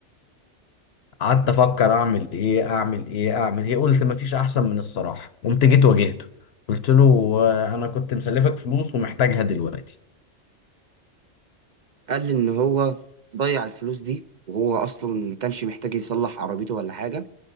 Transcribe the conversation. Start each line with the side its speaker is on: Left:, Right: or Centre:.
Left: قعدت افكر اعمل ايه اعمل ايه اعمل ايه قلت مفيش احسن من الصراحه قمت جيت واجهته قلت له آه، انا كنت مسلفك فلوس ومحتاجها دلوقتي
Right: قال لي ان هو ضيع الفلوس دي وهو اصلا ما كانش محتاج يصلح عربيته ولا حاجه